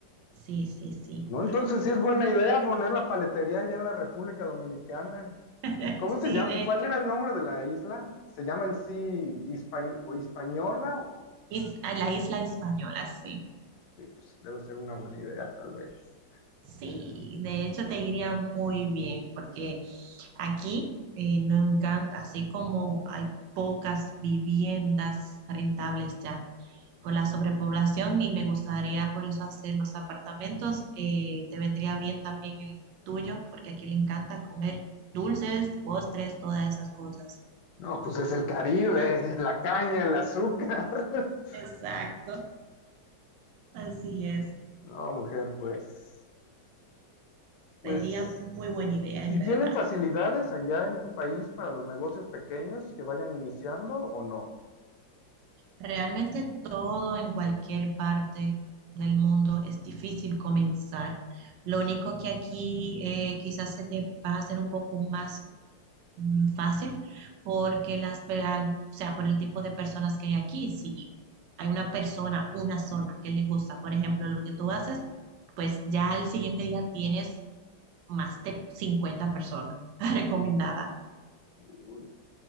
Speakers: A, on the right; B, on the left.
A: Sí, sí, sí.
B: No, entonces sí es buena idea poner la paletería allá en la República Dominicana.
A: <laughs>
B: ¿Y ¿Cómo se
A: Sí,
B: llama?
A: de
B: ¿Cuál
A: hecho.
B: era el nombre de la isla? ¿Se llama en sí Hispa- o Hispaniola? O-
A: Is- a la isla española, sí.
B: Sí, pues debe ser una buena idea, tal vez.
A: Sí, de hecho te iría muy bien, porque aquí eh, no encanta, así como hay pocas viviendas rentables ya por la sobrepoblación y me gustaría por eso hacer los apartamentos, eh, te vendría bien también el tuyo, porque aquí le encanta comer dulces, postres, todas esas cosas.
B: No, pues es el Caribe, la caña, el azúcar. <laughs>
A: Exacto, así es.
B: No, mujer, pues, pues,
A: Sería muy buena idea,
B: ¿y
A: en verdad.
B: tienen facilidades allá en tu país para los negocios pequeños que vayan iniciando o no?
A: Realmente todo en cualquier parte del mundo es difícil comenzar. Lo único que aquí eh, quizás se te va a hacer un poco más mm, fácil porque las, pe- al- o sea, por el tipo de personas que hay aquí, si hay una persona, una zona que le gusta, por ejemplo, lo que tú haces, pues ya al siguiente día tienes más de 50 personas <laughs> recomendadas.
B: Uy, uy.